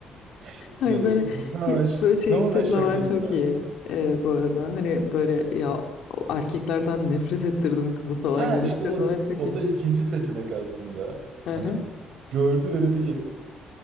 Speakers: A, on the right; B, on the left.
A: <laughs>
B: Ay
A: Ye-
B: böyle
A: bu Tamamen,
B: hep
A: ş-
B: böyle şey
A: tamamen
B: hissetmemen
A: şaka
B: çok
A: bunlar.
B: iyi Ee, bu arada. Hani böyle ya erkeklerden nefret ettirdim kızı falan
A: Ha
B: gibi
A: işte
B: hissetmemen
A: o da,
B: çok
A: o
B: iyi.
A: da ikinci seçenek aslında.
B: Hı
A: Hani
B: hı.
A: gördü ve dedi ki